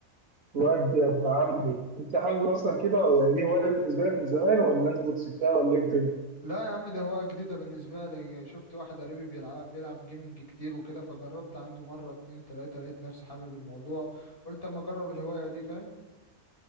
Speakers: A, on the right; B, on the left.
A: ودي يا ابن عمي انت حابب اصلا كده او يعني دي هوايه بالنسبه لك من زمان ولا انت كنت سبتها ولا ايه الدنيا
B: لا يا عم ده هواية جديدة بالنسبة لي شفت واحد قريبي بيلعب بيلعب جيمنج كتير وكده فجربت عنده مرة اتنين تلاتة لقيت نفسي حابب الموضوع قلت اما اجرب الهواية دي فاهم